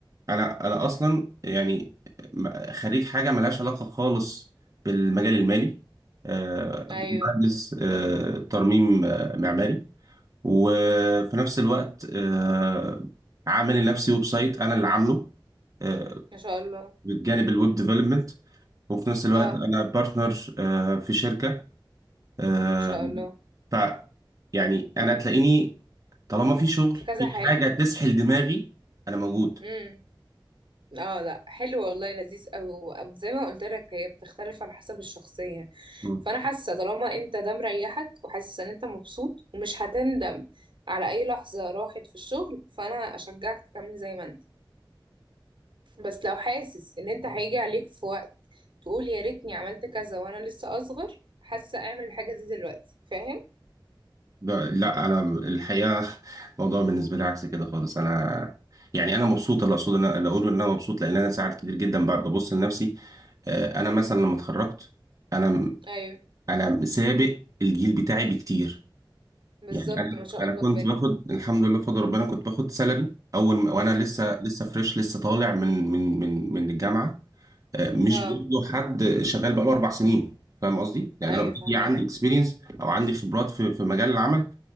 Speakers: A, on the right (about 40°); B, on the right (about 70°).
A: انا انا اصلا يعني م- خريج حاجه ملهاش علاقه خالص بالمجال المالي آه،
B: ايوه
A: مهندس آه، ترميم آه، معماري وفي نفس الوقت آه، عامل لنفسي ويب سايت انا اللي عامله آه،
B: ما شاء الله
A: بالجانب الويب ديفلوبمنت وفي نفس الوقت
B: اه
A: انا بارتنر آه، في شركة آه،
B: ما شاء الله
A: ف يعني انا تلاقيني طالما في شغل
B: في كذا
A: في
B: حاجة
A: حاجة تسحل دماغي انا موجود
B: امم اه لا حلو والله لذيذ قوي زي ما قلت لك هي بتختلف على حسب الشخصية
A: مم.
B: فانا حاسة طالما انت ده مريحك وحاسس ان انت مبسوط ومش هتندم على اي لحظة راحت في الشغل فانا اشجعك تكمل زي ما انت بس لو حاسس ان انت هيجي عليك في وقت تقول يا ريتني عملت كذا وانا لسه اصغر حاسة اعمل الحاجة دي دلوقتي فاهم
A: لا لا، انا الحقيقة <laughs> الموضوع بالنسبة لي عكس كده خالص انا يعني انا مبسوط اللي اقصد انا اللي اقوله ان انا مبسوط لان انا ساعات كتير جدا ب- ببص لنفسي آه، انا مثلا لما اتخرجت انا
B: ايوه
A: انا سابق الجيل بتاعي بكتير
B: بالظبط
A: يعني انا
B: ما شاء
A: انا
B: الله
A: كنت باخد الحمد لله بفضل ربنا كنت باخد سالري اول ما- وانا لسه
B: باين
A: لسه فريش لسه طالع من من من من الجامعه آه، مش
B: اه
A: بياخدوا حد شغال بقاله اربع سنين فاهم قصدي؟ يعني
B: ايوه
A: انا اوريدي
B: فاهمك
A: عندي اكسبيرينس او عندي خبرات في في مجال العمل